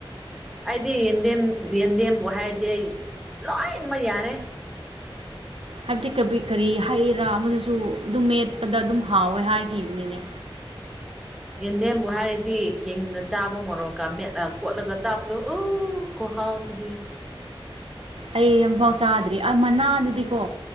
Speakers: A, in the centre; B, on the right.
A: ꯑꯩꯗꯤ ꯌꯦꯟꯗꯦꯝ ꯌꯦꯟꯗꯦꯝꯕꯨ ꯍꯥꯏꯔꯗꯤ ꯑꯩ ꯂꯣꯏꯅꯃꯛ ꯌꯥꯔꯦ꯫
B: <unintelligible> ꯀꯔꯤ ꯍꯩꯔꯥ ꯑꯃꯗꯨꯁꯨ ꯑꯗꯨꯝ ꯃꯦꯠꯄꯗ ꯑꯗꯨꯝ ꯍꯥꯎꯋꯦ ꯍꯥꯏꯈꯤꯕꯅꯤꯅꯦ꯫
A: ꯌꯦꯟꯗꯦꯝꯕꯨ ꯍꯥꯏꯔꯗꯤ ꯍꯤꯡꯅ ꯆꯥꯕ ꯃꯣꯔꯣꯛꯀ ꯃꯦꯠꯂ ꯀꯣꯠꯂꯒ ꯆꯥꯕꯗꯨ ꯑꯨ꯫ ꯑꯨ ꯈꯨꯍꯥꯎꯁꯤꯗꯤ꯫
B: ꯑꯩ ꯑꯝꯐꯥꯎ ꯆꯥꯗ꯭ꯔꯤ ꯑ ꯃꯅꯥꯗꯨꯗꯤꯀꯣ